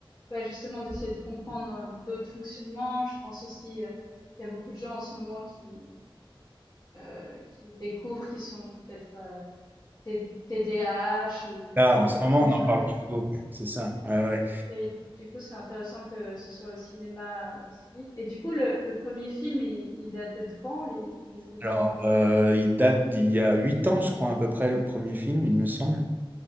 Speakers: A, on the left; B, on the right.
A: ouais, justement d'essayer de comprendre euh, d'autres fonctionnements. Je pense aussi, euh, il y a beaucoup de gens en ce moment qui euh, qui découvrent qu'ils sont peut-être euh, T- TDAH ou
B: Ah,
A: des
B: en
A: choses
B: ce moment,
A: comme
B: on
A: ça.
B: en parle
A: euh,
B: beaucoup, ouais, c'est ça. Ouais, ouais.
A: et du coup, c'est intéressant que ce soit au cinéma, heu, aussi vite. Et du coup, le le 1 film, il il datait de quand? Il il était de
B: Alors, euh, il date d'il y a huit ans, je crois, à peu près, le premier film, il me semble.